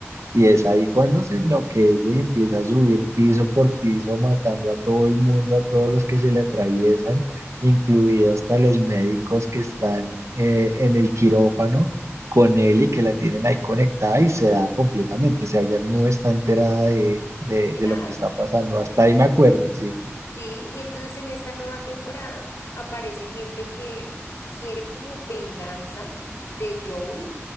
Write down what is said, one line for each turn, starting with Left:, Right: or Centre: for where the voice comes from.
Right: y es ahí cuando se enloquece y empieza a subir piso por piso, matando a todo el mundo, a todos los que se le atraviesan, incluidos hasta los médicos que están eh, en el quirófano con él y que la tienen ahí conectada y se da completamente. O sea, ella no está enterada de, de,
Left: De
Right: de
Left: nada.
Right: lo que está pasando. Hasta ahí me acuerdo, sí.
Left: Sí, y entonces en esta nueva temporada aparece gente que quiere como venganza de Joel